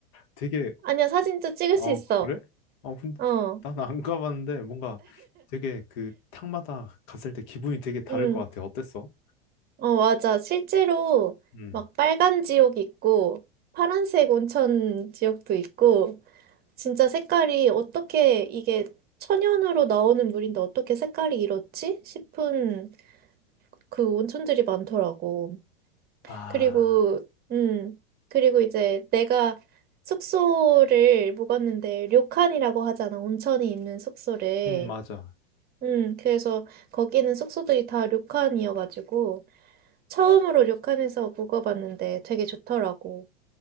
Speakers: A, on the left; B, on the right.
A: 되게
B: 아니야, 사진도 찍을
A: 어
B: 수 있어.
A: 그래? 어 근데
B: 어,
A: 난 안 가봤는데 뭔가 되게 그 탕마다 갔을 때 기분이 되게 다를
B: 음,
A: 것 같아. 어땠어?
B: 어, 맞아. 실제로
A: 음.
B: 막 빨간 지옥 있고 파란색 온천 지옥도 있고 진짜 색깔이 어떻게 이게 천연으로 나오는 물인데 어떻게 색깔이 이렇지? 싶은 그 온천들이 많더라고.
A: 아,
B: 그리고, 음, 그리고 이제 내가 숙소를 묵었는데 료칸이라고 하잖아. 온천이 있는 숙소를.
A: 음 맞아.
B: 음, 그래서 거기는 숙소들이 다 료칸이어가지고 처음으로 료칸에서 묵어봤는데 되게 좋더라고.